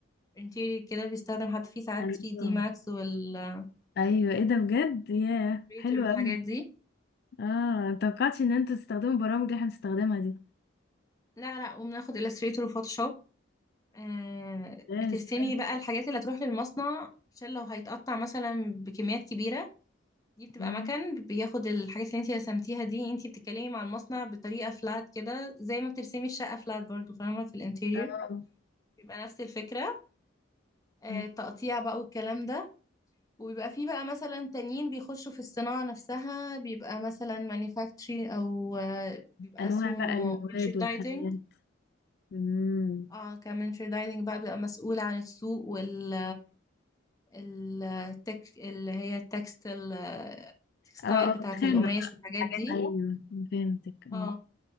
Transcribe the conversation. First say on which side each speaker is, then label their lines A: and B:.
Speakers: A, on the left; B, on the left.
A: الانتيريور كده بيستخدم حتى فيه ساعات
B: ايوه
A: 3D Max والإلستريتور
B: ايوه ايه ده بجد ياه حلو
A: والحاجات
B: قوي
A: دي
B: اه متوقعتش ان انتوا تستخدموا برامج اللي احنا بنستخدمها دي
A: لا لا وبناخد إلستريتور وفوتوشوب آه
B: بس
A: بترسمي
B: حلو
A: بقى الحاجات اللي هتروح للمصنع عشان لو هيتقطع مثلا بكميات كبيرة دي بتبقى
B: اه
A: مكان بياخد الحاجات اللي انت رسمتيها دي انت بتتكلمي مع المصنع بطريقة فلات كده زي ما بترسمي الشقة فلات برضو فاهمة في الانتيريور
B: آه.
A: بيبقى نفس الفكرة آه،
B: أمم.
A: تقطيع بقى والكلام ده وبيبقى فيه بقى مثلا تانيين بيخشوا في الصناعة نفسها بيبقى مثلا مانيفاكتشري او آه، بيبقى
B: انواع
A: اسمه
B: بقى المواد
A: merchandising
B: والخامات أمم.
A: اه كمرشندايزنج بقى بيبقى مسؤول عن السوق وال ال- التك اللي هي التكستل التكستايل
B: اه اه
A: بتاعة
B: الخامة
A: القماش
B: بقى
A: والحاجات
B: الحاجات
A: دي
B: دي ايوه فهمتك اه
A: اه